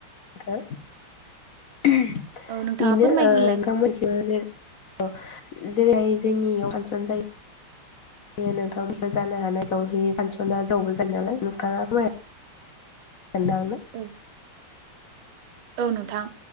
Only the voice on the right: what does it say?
औ नोंथाङा फोरमायग्रोलाय
औ औ नोंथां